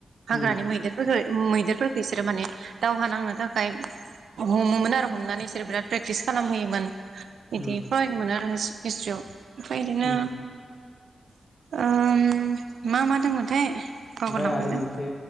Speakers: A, on the right; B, on the left.
A: हाग्रानि
B: उम
A: मैदेरफोरफोरखौ मैदेरफोरखौ इसोरो माने दावहा नांनो थाखाय हमोमोन आरो हमनानै बिसोर बिराद प्रेकटिस खालामहोयोमोन। इदि
B: उम
A: फरायनो मोनो आरो हिस्ट्रियाव ओमफ्राय इदिनो
B: उम
A: ओम मा मा दंमोनथाय बावगारलांबायलां
B: ओमफाय आरो मोनसे